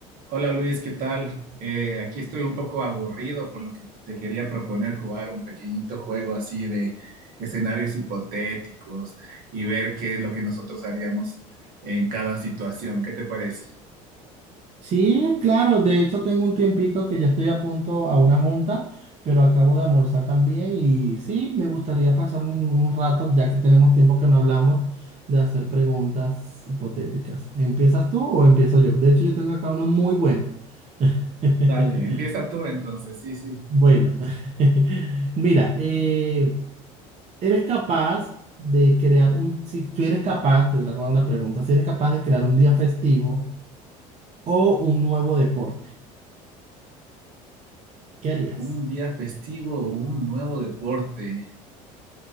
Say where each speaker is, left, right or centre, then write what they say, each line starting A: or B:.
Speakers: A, on the right; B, on the right.
A: Hola Luis, ¿qué tal? Eh, aquí estoy un poco aburrido, por lo que te quería proponer jugar un pequeñito juego así de escenarios hipotéticos y ver qué es lo que nosotros haríamos en cada situación. ¿Qué te parece?
B: Sí, claro, de hecho tengo un tiempito que ya estoy a punto a una junta, pero acabo de almorzar también y sí, me gustaría pasar un, un rato, ya que tenemos tiempo que no hablamos, de hacer preguntas hipotéticas. ¿Empiezas tú o empiezo yo? De hecho, yo tengo acá uno muy bueno. <laughs>
A: Dale, empieza tú entonces. Sí, sí.
B: Bueno, <laughs> mira, eh, ¿eres capaz de crear un, si tú eres capaz, te voy a hacer una pregunta, si eres capaz de crear un día festivo o un nuevo deporte, ¿qué harías?
A: Un día festivo o un nuevo deporte.